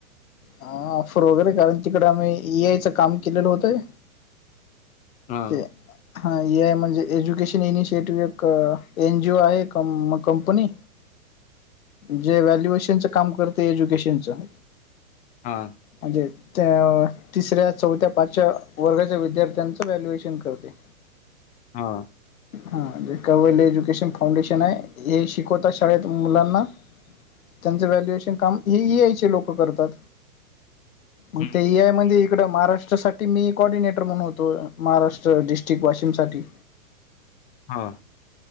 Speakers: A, on the left; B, on the left.
A: ह ऑफर वगैरे कारण तिकडे आम्ही एआयचं काम केलेलं होतं.
B: हा
A: ते हा एआय म्हणजे एज्युकेशन इनिशिएटिव्ह एक एन जीओ आहे. कं कंपनी जे व्हॅल्युएशनचं काम करते एज्युकेशनचं.
B: हा.
A: म्हणजे त्या तिसऱ्या, चौथ्या, पाचव्या वर्गाच्या विद्यार्थ्यांचं व्हॅल्युएशन करते.
B: हा.
A: हा <unintelligible> एज्युकेशन फाउंडेशन. न आहे, हे शिकवतात शाळेत मुलांना. त्यांचं व्हॅल्युएशन काम ही एआयचे लोक करतात. मंग
B: हम्म
A: ते एआय म्हणजे इकडं महाराष्ट्रासाठी ते मी कॉर्डिनेटर म्हणून होतो महाराष्ट्र डिस्ट्रिक्ट वाशिम साठी.
B: हां.